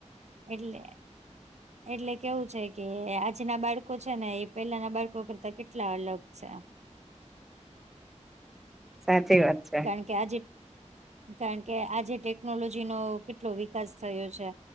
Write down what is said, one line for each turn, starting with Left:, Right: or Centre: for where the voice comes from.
Right: એટલે એટલે કેવું છે. કે આજના બાળકો છે ને એ પેલાના બાળકો કરતા કેટલા અલગ છે.
Centre: સાચી વાત છે.
Right: કારણ કે આજે કારણ કે આજે ટેકનોલોજી નો કેટલો વિકાસ થયો છે.